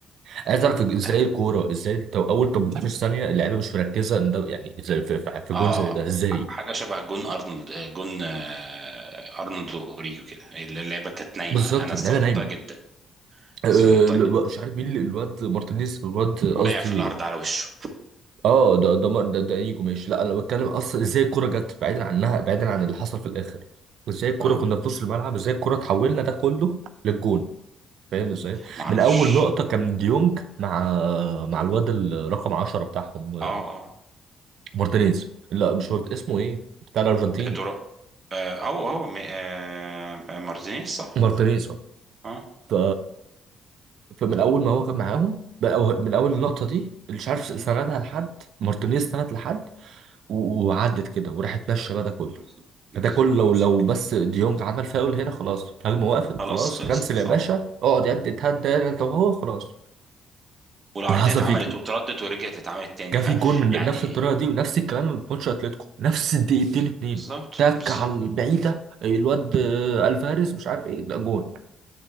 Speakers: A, on the right; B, on the right.
A: عايز اعرف ازاي
B: ده
A: الكوره ازاي تو اول 18 ثانيه اللعيبه مش مركزه ان ده يعني ازاي في, في في
B: اه
A: جون زي ده ازاي
B: ح- حاجة شبه جون أرنولد آه، جون آه، أرنولد وأوريجو كده اللعبة كانت نايمة
A: بالظبط
B: أنا
A: اللعيبه
B: استغربتها
A: نايمه
B: جدا
A: أه
B: استغربتها
A: لا،
B: جدا
A: مش عارف مين اللي- الواد مارتينيز الواد قصدي
B: وقع في الأرض على وشه
A: اه ده ده مار- ده, ده انيجو ماشي لا انا بتكلم اصلا ازاي الكوره جت بعيدا عنها بعيدا عن اللي حصل في الاخر ازاي الكوره
B: اه
A: كنا في نص الملعب ازاي الكوره اتحولنا ده كله للجون فاهم ازاي؟
B: ما أعرفش
A: من اول لقطه كان ديونج مع مع الواد الرقم 10 بتاعهم
B: اه اه
A: مارتينيز لا مش مارت- اسمه ايه؟ بتاع الارجنتين
B: يا ترى آه هو هو م- آه آه، مارتينيز صح
A: مارتينيز اه
B: اه
A: ف فمن اول ما هو كان معاهم بقى- أو من اول اللقطه دي مش عارف سندها
B: مم.
A: لحد مارتينيز سند لحد و- وعدت كده وراحت ماشيه بقى ده كله
B: بالظبط بالظبط
A: فده كله لو
B: وفك-
A: لو بس ديونج عمل فاول هنا خلاص الهجمه وقفت
B: خلاص
A: خلاص
B: خلصت
A: كنسل
B: صح
A: يا باشا اقعد يا ابني اتهدى هنا انت وهو خلاص
B: والعرضية
A: اللي حصل
B: اتعملت
A: فيك
B: واتردت ورجعت اتعملت تاني
A: جا في
B: ف
A: جون من
B: يعني
A: نفس الطريقه دي ونفس الكلام من ماتش اتلتيكو نفس الدقيقتين اتنين
B: بالظبط
A: تك
B: بالظبط
A: على البعيده الواد آه، الفاريز مش عارف ايه ده جون